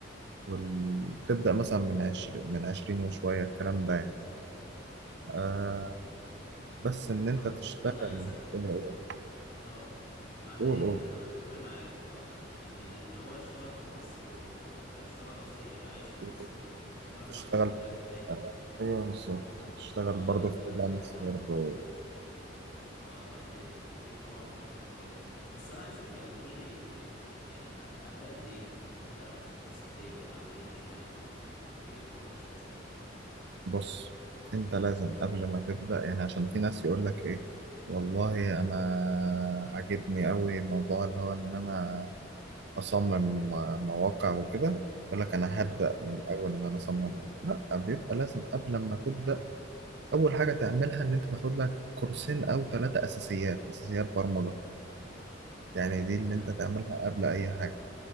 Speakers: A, on the right; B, on the left.
A: وال... تبدأ مثلا من عشر... من عشرين وشوية الكلام ده يعني.
B: حلو
A: آه
B: قوي
A: بس إن أنت
B: طب
A: تشتغل
B: طب انا عايزك
A: آه،
B: اه مع
A: قول
B: إيه
A: قول
B: ال- انا متفق معاك اه لا يعني ان هو اشتغل في مصر و- واشتغل قصدي ابقى عايش في مصر
A: قول.
B: وبشتغل
A: وتشتغل
B: مع شركات اجنبية
A: آه، أيوه بالظبط تشتغل
B: اه
A: برضه
B: لا ده
A: فريلانس
B: ده طبعا
A: برضه
B: اه لا ده ده اكيد طبعا بفكر في كده بس انا عايزك يعني تقول لي يعني أ- ابدا منين ابدا اخد كورسات ايه ولا اعمل ايه مش فاهم يعني احكي لي الحوار ماشي ازاي
A: بص انت لازم قبل ما تبدأ يعني عشان في ناس يقول لك ايه والله انا عاجبني قوي موضوع اللي هو ان انا اصمم مواقع وكده يقول لك انا هبدأ
B: اه
A: من اول ان انا اصمم مواقع لا بيبقى لازم قبل ما تبدأ اول حاجة تعملها ان انت تاخد لك كورسين او ثلاثة اساسيات اساسيات برمجة يعني دي
B: تمام
A: اللي انت تعملها قبل اي حاجة